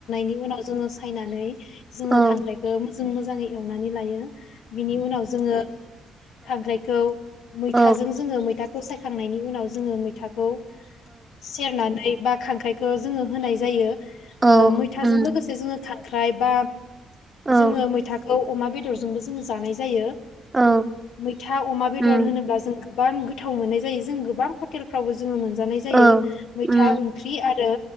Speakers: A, on the left; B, on the right.
A: गुबुनाव जोङो सायनानै जोङो
B: औ
A: खांख्रायखौ जों मोजाङै एवनानै लायो। बिनि उनाव जोङो खांख्राइखौ मैथाजों
B: औ
A: जोङो मैथा फसायखांनायनि उनाव जोङो मैथाखौ सेरनानै बा खांख्राइखौ जोङो होनाय जायो।
B: औ
A: ओ मै थां
B: उम
A: लोगोसे जोङो खांख्राय बा
B: औ
A: जोङो मैथा अमा बेदरजोंबो जोङो जानाय जायो।
B: औ
A: मैथा अमा बेदर
B: उम
A: होनोब्ला जों गोबां गोथाव मोननाय जायो जों गोबां हटेलफ्रावबो जोङो मोनजानाय जायो
B: औ
A: मैथा
B: उम
A: ओंख्रि आरो